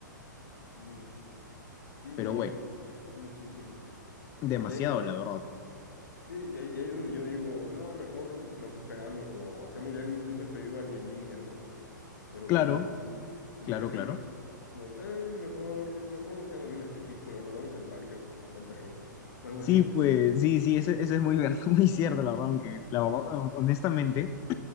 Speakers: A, on the left; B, on the left.
A: sí, sí,
B: Pero
A: no,
B: bueno,
A: es muchísimo.
B: demasiado,
A: Y ahí,
B: la verdad.
A: sí, y ahí, y ahí es donde yo digo, no, mejor nos esperamos o hacemos ya incluso el pedido al- en línea, ¿no? Pero
B: Claro,
A: sí, con
B: claro,
A: mucha gente,
B: claro.
A: como, "Ah, mejor, mejor nos quedamos en una película o nos vamos al parque, con tanta gente, o algo
B: Sí,
A: así. <laughs>
B: pues, sí, sí, eso, eso es muy, ver- <laughs> muy cierto, la verdad, aunque, la verdad, honestamente,